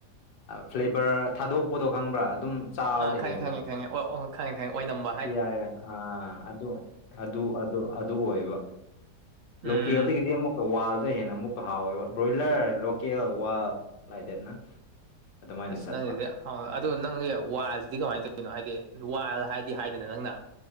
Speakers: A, on the left (about 70°); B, on the right (about 60°).
A: ꯐ꯭ꯂꯦꯕꯔ ꯊꯥꯗꯣꯛꯄꯗꯣ ꯈꯪꯕ꯭ꯔꯥ ꯑꯗꯨꯝ ꯆꯥꯕꯗ
B: ꯑꯥ ꯈꯪꯉꯦ
A: ꯍꯦꯟꯅ
B: ꯈꯪꯉꯦ ꯈꯪꯉꯦ ꯑꯣ ꯈꯪꯉꯦ ꯈꯪꯉꯦ ꯑꯣꯏ ꯅꯝꯕ
A: ꯌꯥꯏ ꯌꯥꯏ ꯑꯥ ꯑꯗꯨ ꯑꯗꯨ ꯑꯗꯨ ꯑꯗꯨ ꯑꯣꯏꯕ
B: ꯎꯝ
A: ꯂꯦ ꯍꯦꯜꯗꯤ ꯀꯗꯤ ꯑꯃꯨꯛ ꯋꯥꯜꯗꯣ ꯍꯦꯟꯅ ꯑꯃꯨꯛꯀ ꯍꯥꯎꯋꯦꯕ ꯕ꯭ꯔꯣꯏꯂꯔ ꯂꯣꯀꯦꯜ ꯋꯥꯜ ꯂꯥꯏꯗꯦꯠꯅ ꯑꯗꯨꯃꯥꯏꯅ
B: ꯑꯁ
A: ꯆꯠꯄ
B: ꯅꯪꯁꯤꯗꯤ ꯍ ꯑꯗꯨꯗꯣ ꯅꯪꯒꯤ ꯋꯥꯁꯤꯗꯤ ꯀꯃꯥꯏꯅ ꯇꯧꯔꯤꯅꯣ ꯍꯥꯏꯗꯤ ꯋꯥꯜ ꯍꯥꯏꯗꯤ ꯍꯥꯏꯗꯅ ꯅꯪꯅ